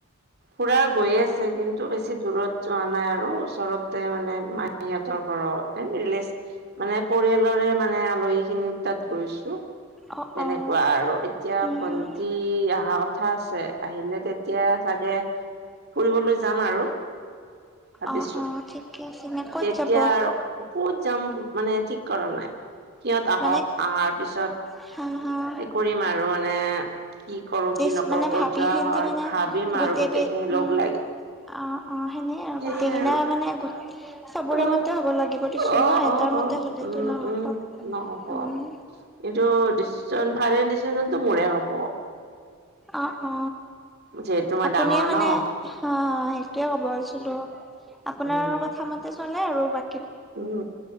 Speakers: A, on the right; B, in the centre.
A: পুৰা গৈ আছে কিন্তু টো বেছি দূৰত যোৱা নাই আৰু ওচৰতে মানে মাহী হঁতৰ ঘৰৰ তে ৰিলে মানে পৰিয়ালৰে মানে আলহী খিনিৰ তাত গৈছো
B: অ
A: তেনেকুৱা
B: অ
A: আৰু এতিয়া
B: হুম
A: ভন
B: হুম
A: সি অহা কথা আছে আহিলে তেতিয়া চাগে ফুৰিবলৈ যাম আৰু ভাবিছো
B: অ অ ঠিকে আছে নে ক'ত
A: তেতিয়া
B: যাব
A: আৰু ক'ত যাম মানে ঠিক কৰা নাই। সিহঁত আহক
B: মানে
A: আহাৰ পিছত
B: <inaudible>
A: এই কৰিম আৰু মানে কি কৰো
B: বেছ
A: কি নকৰো
B: মানে
A: ক'ত
B: ভাবি
A: যোৱা
B: চিন্তি
A: হয়
B: মানে
A: ভাবিম আৰু গোটেই
B: বে
A: খিনি
B: উম
A: লগ লাগি।
B: অ অ সেনে আৰু
A: সেয়ে
B: গোটেই কিনাই
A: আৰু
B: মানে চবোৰে
A: অ
B: মতে হ'ব লাগিব
A: অ',
B: কিছু ন এটাৰ
A: অ', অ',
B: মতে হ'লেতো
A: উম,
B: নহ'ব
A: উম, নহ'ব।
B: উম
A: কিন্তু ডিচিশন ফাইনেল ডিচিশনতটো মোৰে হ'ব।
B: অ অ
A: যিহেতু মই
B: আপুনিয়েই
A: ডাঙৰ
B: মানে
A: ন'
B: অ সেইটোয়ে কব ওলছিলো, আপোনাৰ
A: উম,
B: কথা মতে চলে আৰু বাক
A: উম।